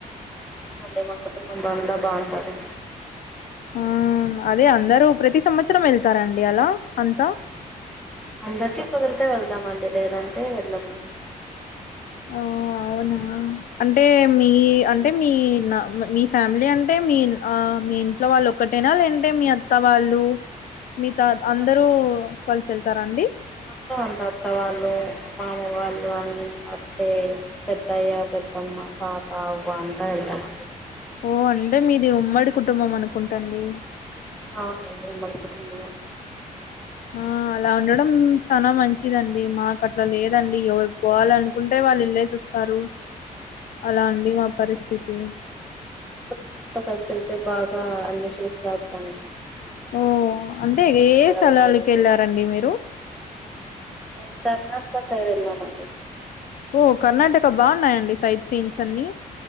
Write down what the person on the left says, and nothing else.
ఆ అదే అందరూ ప్రతి సంవత్సరం వెళ్తారండి అలా అంతా
ఆ అవునా అంటే మీ అంటే మీ నా మీ ఫ్యామిలీ అంటే మీ ఆ మీన్ ఇంట్లో వాళ్ళు ఒక్కటేనా లే ఏంటే మీ అత్త వాళ్ళు మీగతా
అందరూ
కలిసి వెళ్తారాండి
ఓ అంటే మీది ఉమ్మడి కుటుంబం అనుకుంటండి
ఆ అలా ఉండడం చాలా మంచిదండి మాకు అట్లా లేదండి ఎవరు పోవాల అనుకుంటే వాళ్ళు ఇళ్ళలేసి వస్తు తరు అలా అండి మా పరిస్థితి
ఉం అంటే ఏ స్థలాలకు
వెళ్ళారండి మీరు
ఓ కర్ణాటక బాగున్నాయండి సైడ్ సీన్స్ అన్ని